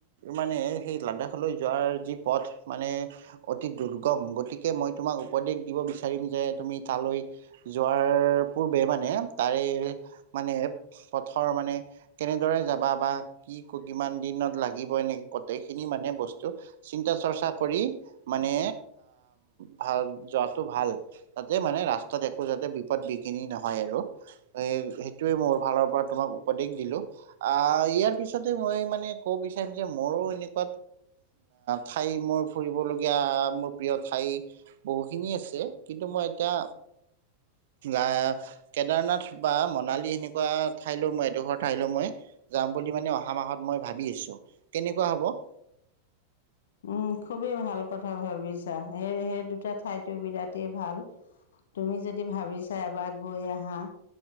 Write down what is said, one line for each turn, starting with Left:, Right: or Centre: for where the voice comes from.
Right: মানে সেই লাডাখলৈ যোৱাৰ যি পথ মানে অতি দুৰ্গম গতিকে মই তোমাক উপদেশ দিব বিচাৰিম যে তুমি তালৈ যোৱাৰ পূৰ্বে মানে তাৰে মানে পথৰ মানে কেনেদৰে যাবা বা কি কিমান দিনত লাগিব নেকি গোটেই খিনি মানে বস্তু চিন্তা চৰ্চা কৰি মানে ভ যোৱাটো ভাল তাতে মানে ৰাস্তা যাতে বিপদ বিঘিনি নহয় আৰু সেইটোৱে মোৰ ফালৰ পৰা তোমাক উপদেশ দিলো। আহ ইয়াৰ পিছতে মই মানে কব বিচাৰিম যে মোৰো এনেকুৱা ঠাই মোৰ ফুৰিবলগীয়া মোৰ প্ৰিয় ঠাই বহুখিনি আছে। কিন্তু মই এতিয়া আ কেদাৰনাথ বা মনালী এনে তেনেকুৱা ঠাইলৈ মই এডোখৰ ঠাইলৈ মই যাম বুলি মানে অহা মাহত মই ভাবি আছো। কেনেকুৱা হ'ব? <inaudible>
Left: উম, খুবেই ভাল কথা ভাবিছা। সেই সেই দুটা ঠাইতো বিৰাটেই ভাল। তুমি যদি ভাবিছা এবাৰ গৈ আহা।